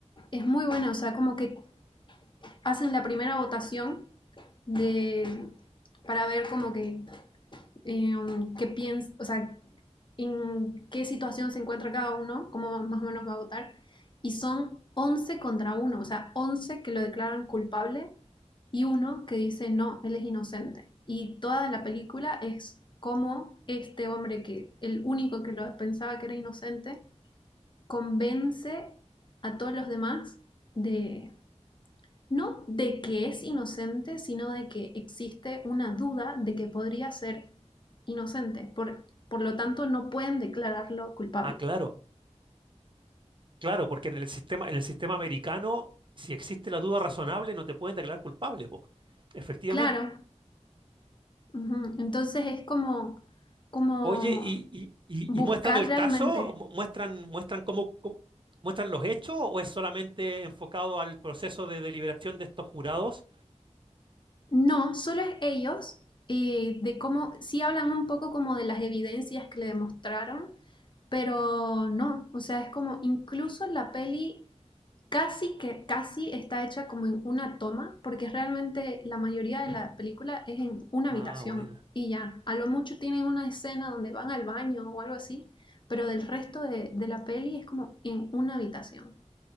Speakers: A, on the left (about 40°); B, on the right (about 45°).
A: es muy buena, o sea, como que hacen la primera votación de, para ver como que em, qué piens, o sea, en qué situación se encuentra cada uno, cómo va- más o menos va a votar. Y son 11 contra uno, o sea, 11 que lo declaran culpable y uno que dice, no, él es inocente. Y toda la película es cómo este hombre, que el único que lo pensaba que era inocente, convence a todos los demás de, no de que es inocente, sino de que existe una duda de que podría ser inocente. Por, por lo tanto, no pueden declararlo culpable.
B: Ah, claro, claro, porque en el sistema, en el sistema americano, si existe la duda razonable, no te pueden declarar culpable, po. Efectivamente.
A: Claro. ujú, Entonces es como, como
B: Oye, ¿y, y- y-
A: buscar
B: y muestran el
A: realmente.
B: caso? ¿Mu- ¿Muestran, muestran cómo, cómo- muestran los hechos o es solamente enfocado al proceso de deliberación de estos jurados?
A: No, solo es ellos, eh, de cómo, sí hablan un poco como de las evidencias que le demostraron, pero no, o sea, es como incluso la peli casi que casi está hecha como en una toma, porque realmente la mayoría de la película es en una
B: Ah,
A: habitación
B: bueno.
A: y ya. A lo mucho tienen una escena donde van al baño o algo así, pero del resto de, de la peli es como en una habitación.